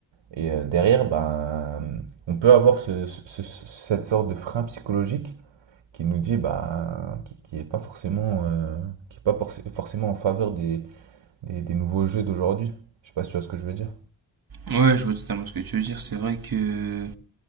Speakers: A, on the right; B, on the right.
A: Et euh, derrière, ben, on peut avoir ce- ce- ce- cette sorte de frein psychologique qui nous dit, ben, qui, qui est pas forcément, euh, qui est pas forc- forcément en faveur des, des, des nouveaux jeux d'aujourd'hui. Je sais pas si tu vois ce que je veux dire.
B: Ouais, je vois totalement ce que tu veux dire. C'est vrai que.